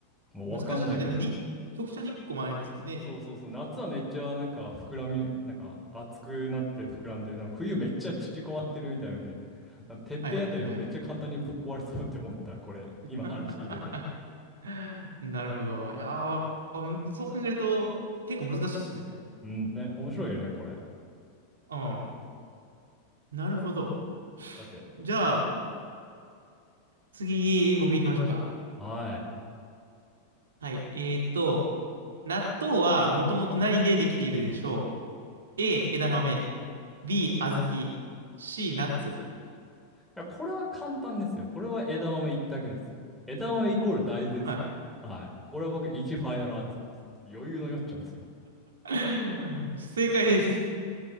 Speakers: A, in the centre; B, on the right.
A: もうわかんないけど。
B: 難しいな。でもに、直射日光もありますけどね。
A: そうそうそう、夏はめっちゃなんか膨らみ、なんか熱くなって膨らんで、なんか冬めっちゃ縮こまってるみたいので、なんかてっぺんあたりはめっちゃ簡単にぶっ壊れそうって思った、
B: はいはいはい。
A: これ、今話聞いてて。
B: <laughs> <laughs> なるほど。いやー、むそう考えると結構難しいですね。
A: うん、ね、面白いよね、これ。
B: うん。なるほど。
A: さて、
B: じゃあ、次、僕行きましょうか。
A: はい。い
B: はい。えーっと、納豆はもともと何でできているでしょう ?A、枝豆。B、小豆。C、ナッツ。
A: や、これは簡単ですよ。これは枝豆一択ですよ。枝豆イコール大豆ですから。
B: はい。
A: はい。これは僕1ファイナルアンサーです。余裕のよっちゃんですよ。
B: <laughs> 正解です。